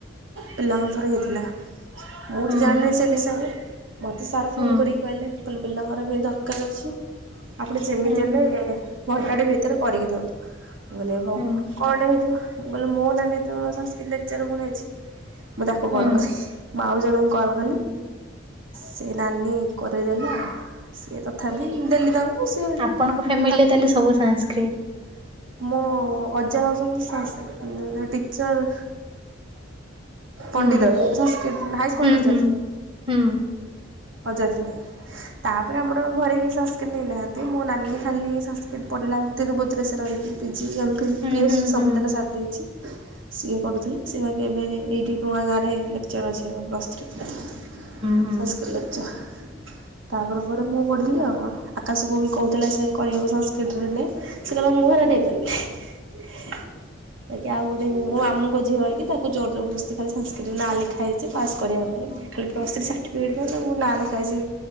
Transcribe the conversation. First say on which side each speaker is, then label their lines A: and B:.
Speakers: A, on the right; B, on the right.
A: ପିଲାଙ୍କ ଥରେ ହେଇଥିଲା। ମୁଁ
B: ହୁଁ
A: ତ ଜାଣିନି ସେ ବିଷୟରେ ମତେ ସାର୍ ଫୋନ
B: ହୁଁ
A: କରି କହିଲେ କହିଲେ ପିଲାଙ୍କର ବି ଦରକାର। ଦରକାର ଅଛି ଆପଣ ଯେମିତି
B: ହୁଁ
A: ହେଲେ ଘଣ୍ଟାଟେ ଭିତରେ କରିକି ଦିଅନ୍ତୁ। ମୁଁ କହିଲି ହୋଉ
B: ହୁଁ
A: କଣ ଟେ ହେଇଥିବ। ମୁଁ କହିଲେ ମୋ ନାନଲେ ତ ସଂସ୍କତ ଲେକ୍ଚର ପୁଣି ଅଛି ମୁଁ ତାକୁ
B: ହୁଁ
A: କଲ କଲି ମୁଁ ଆଉ ଜଣ କରଦେଲି।
B: ହୁଁ
A: ସେ ନାନୀ କରେଇଦେଲା ସିଏ ତଥାପି ଦେଲି ତାଙ୍କୁ ସିଏ ହେଠୁ
B: ଆପଣଙ୍କ ଫ୍ୟାମିଲି
A: ତାଙ୍କ
B: ରେ ତାହେଲେ ସବୁ ଶାକ୍ରି
A: ମୋ ଅଜା ହଉଛନ୍ତି ସା ଟିଚର ପଣ୍ଡିତ
B: ହୁଁ
A: ସାନକ୍ରି ହାଇସ୍କୁଲ
B: ହୁଁ
A: ଟିଚର
B: ହୁଁ
A: ଥିଲେ
B: ହୁଁ
A: ଅଜା ଥିଲେ। ତାପରେ ଆମର ଘରେ କି ସଂସ୍କତ ନେଇନାହାନ୍ତି ମୋ ନାନୀ ଖାଲି ସଂସ୍କତ ପଡିଲା ତିରୁଭଦ୍ର ସେ ରହି ପିଜିି ଏମ୍ଫିଲ୍
B: ହୁଁ
A: ପି ଏଚ
B: ହୁଁ
A: ଡ଼ି ସବୁଥିରେ
B: ହୁଁ ହୁଁ
A: ସାରି ଦେଇଛି। ସିଏ କରୁଥିଲେ ସିଏ ବାକି ଏବେଇଏ ଗାଁରେ ଲେଚର ଅଛନ୍ତି ପ୍ଲଥ୍ରୀ ରେ।
B: ହୁଁ
A: ହାଇସ୍କୁଲ ଲେକଚର। ତାପ ପରେ ପରେ ମୁଁ ପଢ଼ିଲି ଆଉ କଣ ଆକାଶକୁବି କହୁଥିଲା ସେ କରିବାକୁ ସଂସ୍କୃତିରେ ନେଇ ସେ କହିଲା ମୁଁ ହେରା
B: ହୁଁ
A: ନେଇପାରିବିନି। ବାକି ଆଉ ଗୋଟେ ମୋ ମାମୁଁ ଙ୍କ ଝିଅ ହେମିତି ତାକୁ ଜୋର ଜରଦସ୍ତି ଖାଲି ସଂସ୍କୃତ ନାଁ ଲେଖା ହେଇଛି ପାସ୍ କରିବା ପାଇଁ।
B: ହୁଁ
A: ପ୍ଲସଥୀ ସାର୍ଟିଫିକେଟ ପାଇଁ ତାଙ୍କୁ ନାଁ ଲେଖା ହେଇଛି